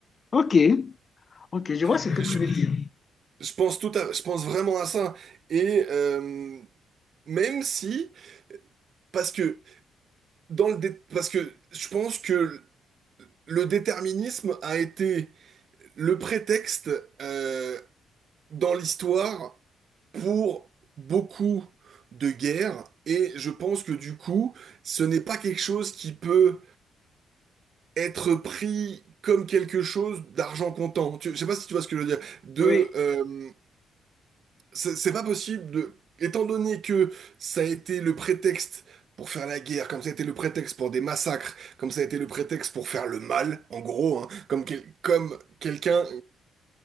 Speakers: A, on the left (about 40°); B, on the right (about 55°).
A: Ok, ok, je vois ce
B: Moi,
A: que tu
B: Je,
A: veux dire.
B: je pense tout à- je pense vraiment à ça. Et euh, même si, parce que dans le dé- parce que je pense que le déterminisme a été le prétexte euh, dans l'histoire pour beaucoup de guerres. Et je pense que du coup, ce n'est pas quelque chose qui peut être pris comme quelque chose d'argent comptant. Tu- Je sais pas si tu vois ce que je veux dire. De,
A: Oui.
B: euh, C'est c'est pas possible de... Étant donné que ça a été le prétexte pour faire la guerre, comme ça a été le prétexte pour des massacres, comme ça a été le prétexte pour faire le mal, en gros, hein, comme, quel- comme quelqu'un,